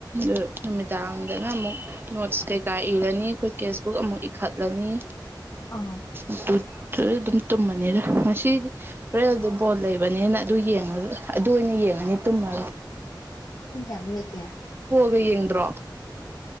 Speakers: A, on the right; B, on the left.
A: ꯑ ꯅꯨꯃꯤꯗꯥꯡꯗꯅ ꯑꯃꯨꯛ ꯅꯣꯠꯁ ꯀꯩꯀꯥ ꯏꯔꯅꯤ ꯑꯩꯈꯣꯏ ꯀꯦꯁꯕꯨꯛ ꯑꯃꯨꯛ ꯏꯈꯠꯂꯅꯤ
B: ꯑꯥ
A: ꯑꯗꯨ ꯑꯗꯨ ꯑꯗꯨꯝ ꯇꯨꯝꯃꯅꯤꯗ ꯉꯁꯤꯗꯤ ꯔꯦꯜꯗꯤ ꯕꯣꯟ ꯂꯩꯕꯅꯦꯅ ꯑꯗꯨ ꯌꯦꯡꯂꯡꯉꯒ ꯑꯗꯨ ꯒꯦ ꯅꯅꯤ ꯇꯨꯝꯃ
B: ꯄꯨꯟ ꯆ ꯑꯗꯨ ꯅ ꯀ
A: ꯀꯌꯦꯗ꯭ꯔꯣ